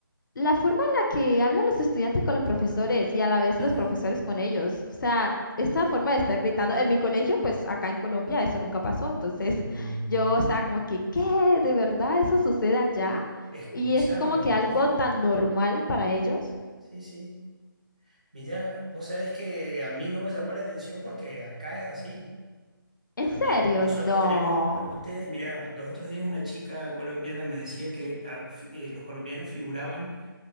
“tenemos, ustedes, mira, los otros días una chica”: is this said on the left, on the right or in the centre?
Right